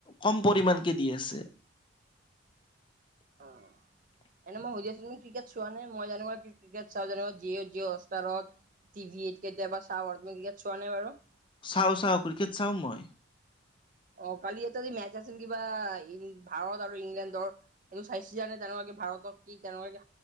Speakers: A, on the left; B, on the right.
A: কম পৰিমানকে দি আছে। <inaudible>
B: অ'। এনে মই সুধি আছিলো তুমি ক্ৰিকেট চোৱা নে মই যেনেকৈ ক্ৰিকেট চাওঁ জি' জিঅ হটষ্টাৰত? টিভিত কেতিয়াবা চাওঁ আৰু তুমি ক্ৰিকেট চোৱা নে বাৰু?
A: চাওঁ চাওঁ ক্ৰিকেট চাওঁ মই।
B: অ কালি এটা যে মেচ আছিল কিবা ইন ভাৰত আৰু ইংলেণ্ডৰ। সেইটো চাইছিলা নে তেনেুৱাকে ভাৰতত কি তেনেকাকে